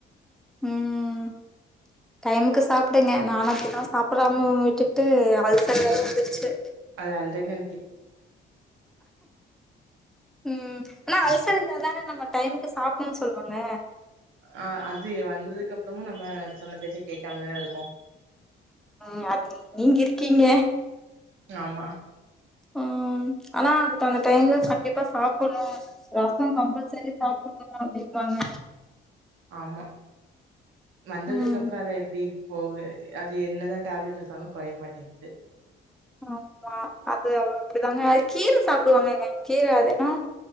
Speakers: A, in the centre; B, on the right.
A: ம் டைமுக்கு சாப்பிடுங்க நானு அப்டிதா சாப்பிடாம விட்டுட்டு அல்சல் வேரும் வந்துச்சு
B: அது அல் <unintelligible>
A: ம் ஆனா அல்சர்ந்த தானே நம்ம டைமுக்கு சாப்பனு சொல்லுவாங்க
B: அ அது வந்ததுக்கு அப்பறமு நம்ம சொன்ன பேச கேக்காமதானே இருக்கோ
A: ம் அது நீ நீங்க இருக்கீங்க
B: ஆமா
A: ம் ஆனா அதுக்கான டைம்ல சட் கண்டிப்பா சாப்பட்ணு ரசோ கம்பல்சரி சாப்பட்ணுமா அப்டிம்பாங்க
B: ஆமா வந்ததுக்கு
A: ம்
B: அப்றோ அதா எப்டி போகு அது என்னதா டேப்லெட் எடுத்தாலு கொறைய மாட்டேங்குது
A: ஆமா அது அவ்ளோ அப்படிதாங்க அது கீர சாப்டுவாங்கங்க கீர அது என்னா